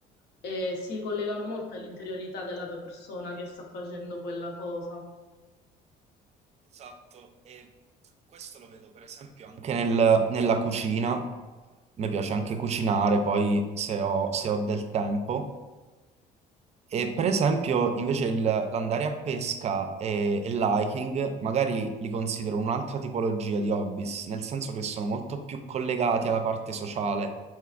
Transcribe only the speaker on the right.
Esatto, e questo lo vedo per esempio anche nel- nella cucina. Mi piace anche cucinare, poi se ho, se ho del tempo. E per esempio, invece, il- l'andare a pesca e, e l'hiking magari li considero un'altra tipologia di hobbies, nel senso che sono molto più collegati alla parte sociale,